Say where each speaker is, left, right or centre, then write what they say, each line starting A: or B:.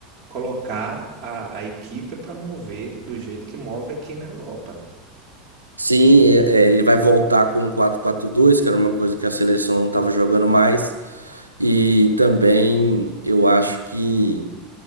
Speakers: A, on the right; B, on the right.
A: colocar a, a equipe para mover do jeito que move aqui na Europa, né?
B: Sim, é, é, ele vai voltar com o quatro 4 2 que era uma coisa que a seleção não tava jogando mais. E também eu acho que